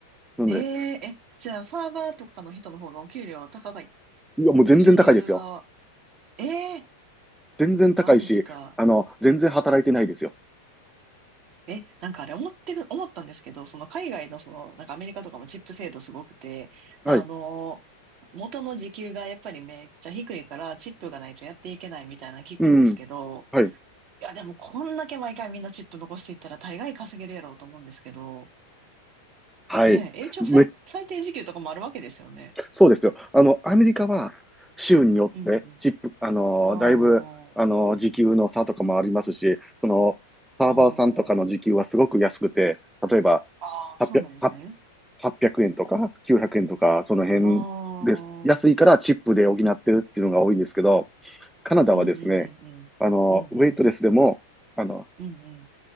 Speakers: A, in the centre; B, on the right.
A: なので、
B: えええ、じゃあサーバーとかの人の方がお給料高い。
A: いや、もう全然高いですよ。
B: 収入は、ええ
A: 全然高いし、
B: マジっすか。
A: あの、全然働いてないですよ。
B: え、なんかあれ思ってる、思ったんですけど、その海外のその、なんかアメリカとかもチップ制度すごくて、
A: はい。
B: まああの、元の時給がやっぱりめっちゃ低いからチップがないとやっていけないみたいなの聞くんですけど、
A: うん。はい。
B: いやでもこんだけ毎回みんなチップ残していったら大概稼げるやろうと思うんですけど、
A: はい。
B: ねえ、一応最、
A: め
B: 最低時給とかもあるわけですよね。
A: そうですよ。あの、アメリカは州によってチップ、
B: うんうん。
A: あのだいぶ、
B: ああ、
A: あの時給の差とかもありますし、その、サーバーさんとかの時給はすごく安くて、
B: ああ、
A: 例えば
B: ああ、
A: 800、
B: そうなんですね。
A: 円とか900円とか、その辺です。
B: ああ、
A: 安いからチップで補ってるっていうのが多いんですけど、
B: うん
A: カナダはですね、
B: うんうんうん。
A: あのウェイトレスでも、
B: うんうん。
A: あの、
B: うんうん。